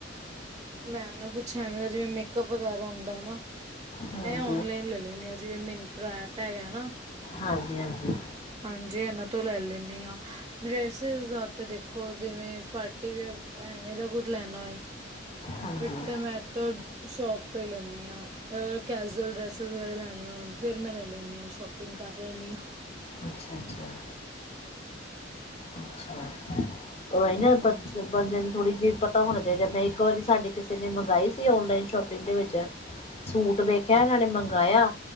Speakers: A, on the right (about 20°); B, on the left (about 35°).
A: ਮੈਂ ਨਾ ਕੁਛ ਐਵੇਂ ਦਾ ਜਿਵੇਂ ਮੇਕਅਪ ਵਗੈਰਾ ਹੁੰਦਾ ਐ ਨਾ
B: ਹਾਂਜੀ।
A: ਐ ਓਨਲਾਈਨ ਲੈ ਲੈਨੀ ਆ ਜਿਵੇਂ ਮਿੰਨਤਰਾ ਐਪ ਹੈਗਾ ਨਾ
B: ਹਾਂਜੀ-ਹਾਂਜੀ।
A: ਹਾਂਜੀ ਐਨਾਂ ਤੋਂ ਲੈ ਲੇਣੀ ਆ। ਡਰੈਸਿਸ ਦਾ ਤੇ ਦੇਖੋ ਜਿਵੇਂ ਪਾਰਟੀ ਵੀਅਰ ਐਵੇਂ ਦਾ ਕੁੱਝ ਲੈਣਾ ਹੋਏ-
B: ਹਾਂਜੀ
A: ਫਿਰ ਤੇ ਮੈ ਤੋ ਸ਼ੋਪ ਤੋਂ ਈ ਲੈਨੀ ਆ। ਆ ਕੈਜੂਅਲ ਡਰੈਸਿਸ ਵਗੈਰਾ ਲੈਣੀਆ ਹੋਣ, ਫਿਰ ਮੈਂ ਲੈ ਲੈਂਨੀ ਆ ਸ਼ੋਪਿੰਗ ਕਰ ਲੈਨੀ ਆ।
B: ਅੱਛਾ-ਅੱਛਾ, ਅੱਛਾ। ਰੋਵਾਈ ਨਾ
A: ਹਾਂਜੀ
B: ਬੰ ਬੰਦੇ ਨੂੰ ਥੋੜ੍ਹੀ ਜੇਹੀ ਪਤਾ ਹੋਣਾ ਚਾਇਦਾ, ਮੈਂ ਇੱਕ ਵਾਰੀ ਸਾਡੇ ਕਿਸੇ ਨੇ ਮੰਗਾਈ ਸੀ, ਔਨਲਾਈਨ ਸ਼ੋਪਿੰਗ ਦੇ ਵਿੱਚ ਸੂਟ ਵੇਖਿਆ ਏਨਾਂ ਨੇ ਮੰਗਾਯਾ,